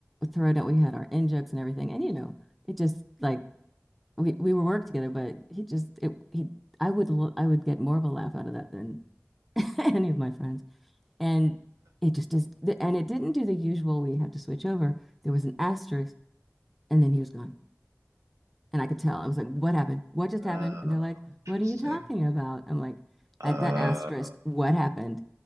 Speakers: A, in the centre; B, on the right.
A: throw it out. We had our in jokes and everything, and you know, it just like we we would work together, but he just it he I would l- I would get more of a laugh out of that than <laughs> any of my friends. And it just is, th- and it didn't do the usual, we have to switch over. There was an asterisk, and then he was gone. And I could tell. I was like, what happened? What just happened?
B: oh,
A: And they're like,
B: interesting.
A: what are you talking about? I'm like,
B: Uh,
A: at that asterisk, what happened?